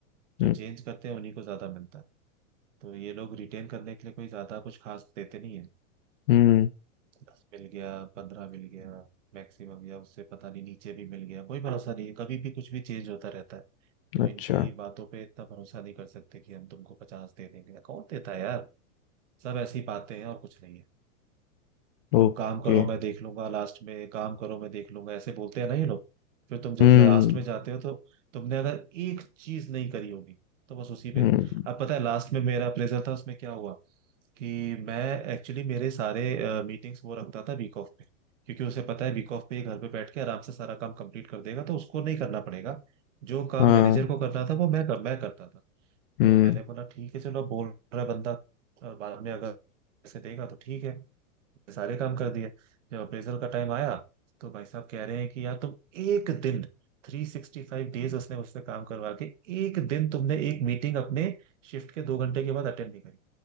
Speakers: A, on the left; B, on the right.
A: हम्म
B: जो चेंज करते हैं उन्हीं को ज्यादा मिलता है तो ये लोग रिटेन करने के लिए कोई ज्यादा कुछ खास देते नहीं है
A: हम्म,
B: दस मिल गया पंद्रह मिल गया मैक्सिमम या उससे पता नहीं नीचे भी मिल गया कोई भरोसा नहीं है कभी भी कुछ भी चेंज होता रहता है तो
A: अच्छा
B: इनकी बातों पे इतना भरोसा नहीं कर सकते कि हम तुमको पचास दे देंगे कौन देता है यार सब ऐसी बातें हैं और कुछ नहीं है
A: ओके
B: तुम काम करो मैं देख लूंगा लास्ट में काम करो मैं देख लूंगा ऐसे बोलते हैं ना ये लोग फिर तुम जब
A: हम्म
B: लास्ट में जाते हो तो तुमने अगर एक चीज नहीं करी होगी तो बस उसी पे
A: हम्म
B: अब पता है लास्ट में मेरा अप्रेजल था उसमें क्या हुआ कि मैं एक्चुअली मेरे सारे मीटिंग्स वो रखता था वीक ऑफ पे क्योंकि उसे पता है वीक ऑफ पे ये घर पे बैठ के आराम से सारा काम कंप्लीट कर देगा तो उसको नहीं करना पड़ेगा जो काम
A: हाँ
B: मैनेजर को करना था वो मैं कर, मैं करता था
A: हम्म
B: तो मैंने बोला ठीक है चलो अब बोल रहा है बंदा और बाद में अगर ऐसे देगा तो ठीक है सारे काम कर दिए जब अप्रेजल का टाइम आया तो भाई साहब कह रहे हैं कि यार तुम एक दिन थ्री सिक्सटी फाइव डेज उसने मुझसे काम करवा के एक दिन तुमने एक मीटिंग अपने शिफ्ट के दो घंटे के बाद अटेंड नहीं करी